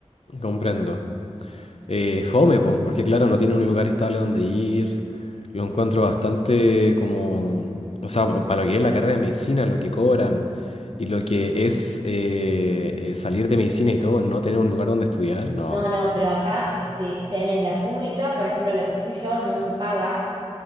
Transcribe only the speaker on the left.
comprendo. Eh, fome, po, porque claro, no tiene un lugar estable donde ir. Lo encuentro bastante como, o sea, para lo que es la carrera de medicina, lo que cobran y lo que es eh, eh, salir de medicina y todo, no tener un lugar donde estudiar, no.